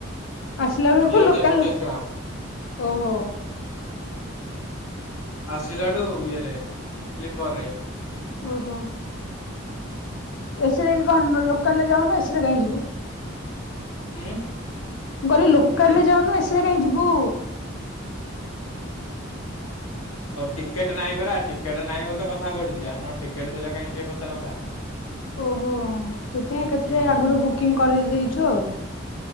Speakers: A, on the left (about 65°); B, on the left (about 85°).
A: ଆସିଲବେଳକୁ
B: ଦି ହଜାର
A: ଲୋକଲ
B: ପଚାଶ ଟଙ୍କା
A: ଓହୋ।
B: ଆସିଲା ବେଳକୁ ଇଏ ରେ ସ୍ଲିପର ରେ।
A: ଓହୋ। ଏ ସି ରେ କଣ ଲୋକାଲ ରେ ଯାଉନ ଏ ସି ରେ କାହିଁ ଯିବୁ?
B: ଉଁ?
A: ମୁଁ କହିଲି ଲୋକାଲ ରେ ଯାଉନୁ ଏ ସି ରେ କାହିଁ ଯିବୁ।
B: ଟିକେଟ ନାହିଁ ପରା ଟିକେଟ ନାହିଁ ବୋଲି ତ କଥା ପଢୁଛି ଆଉ ନ ଟିକେଟ ଥିଲେ କାହିଁ କିଏ ପଚାରନ୍ତା।
A: ଓହୋ କେତେ ଏକା
B: ହୁଁ
A: ଥରେ ଆଗରୁ ବୁକିଂ କରିଦେଇଛୁ ଆଉ।